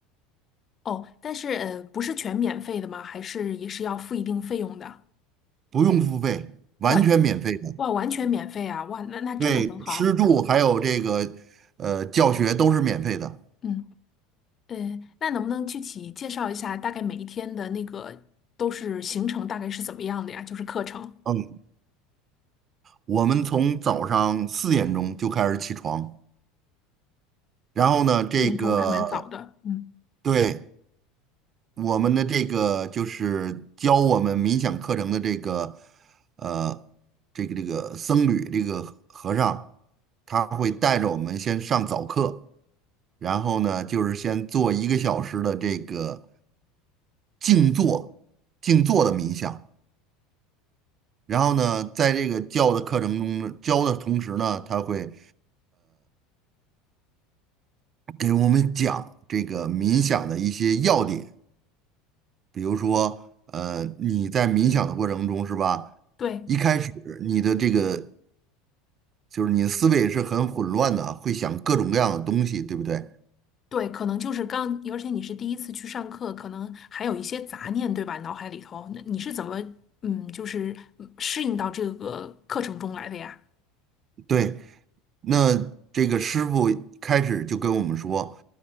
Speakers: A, on the left; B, on the right.
A: 哦，但是呃，不是全免费的吗？还是也是要付一定费用的？
B: 不用付费，完全免费的。
A: 哇哇，完全免费啊！哇，那那真的很好。
B: 对，吃住还有这个呃教学都是免费的。
A: 嗯。嗯，那能不能具体介绍一下，大概每一天的那个都是行程大概是怎么样的呀？就是课程，
B: 嗯，我们从早上四点钟就开始起床，然后呢，这个
A: 四点钟还蛮早的。嗯，
B: 对我们的这个就是教我们冥想课程的这个呃这个这个僧侣这个和和尚，他会带着我们先上早课，然后呢就是先做一个小时的这个静坐静坐的冥想，然后呢在这个教的课程中呢教的同时呢，他会给我们讲这个冥想的一些要点。比如说，呃，你在冥想的过程中是吧？
A: 对
B: 一开始你的这个就是你的思维是很混乱的，会想各种各样的东西，对不对？
A: 对，可能就是刚，而且你是第一次去上课，可能还有一些杂念，对吧？脑海里头，那你是怎么嗯，就是嗯适应到这个课程中来的呀？
B: 对，那这个师傅开始就跟我们说，